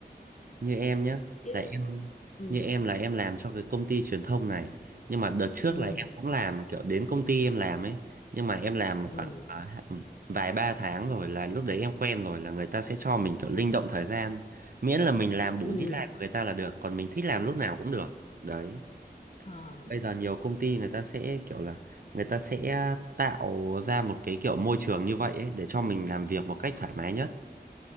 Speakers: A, on the right; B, on the left.
A: như em nhé
B: chứ
A: là em
B: ừ
A: như em là em làm cho cái công ty truyền thông này nhưng mà đợt trước
B: ừ
A: là em cũng làm kiểu đến công ty em làm ấy nhưng mà em làm
B: ừ
A: khoảng ờ, hạ- ừ, vài ba tháng rồi là lúc đấy em quen rồi là người ta sẽ cho mình kiểu linh động thời gian miễn là mình làm đủ
B: ừ
A: deadline của người ta là được còn mình thích làm lúc nào cũng được đấy
B: ờ
A: bây giờ nhiều công ty người ta sẽ kiểu là người ta sẽ tạo ra một cái kiểu môi trường như vậy ấy để cho mình làm việc một cách thoải mái nhất